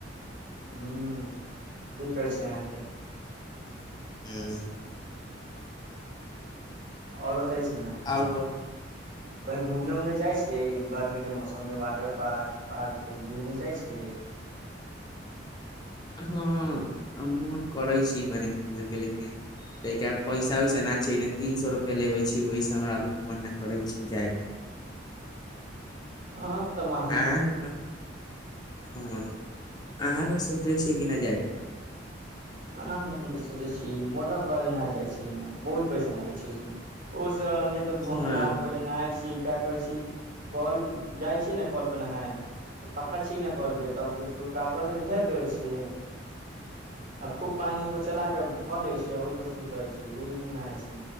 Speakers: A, on the right; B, on the left.
A: हं सही कहै छी अहाँके
B: हूँ
A: ओर बतै छी ना
B: ओर को <unintelligible>
A: कहीं घूमने उमने जाय छियै गर्मी के मौसम में वाटर पार्क पार्क उर्क घूमने जाय छियै
B: हँ मोन करै छी मने घूमैके लेकिन ताके पैसा वैसेना छय तीन सए रुपआ लेबे छी ओहिसे हमराभी मन नहि करै छी जाय के <unintelligible>
A: हँ तमा
B: अहाँके हँ अहाँके सोचले छियै कि नहि जाक
A: ह हम तऽ सोचै छी मोटर पार्क नहि जाइ छै ने बहुत पैसा लागे छै उसमे ओ स त घूम
B: हँ
A: नहा पहिले नहााय छीै किया कहै छी कल जाइ छी ने कल पे नहाय तऽ पक्का छिय ने कल पे तब उसो कपड़ा त घेर देबे आ खूब पानी उ पर चला के भर ले छी आ ओहि पर सुत रहे छी ओ मे नहाय छै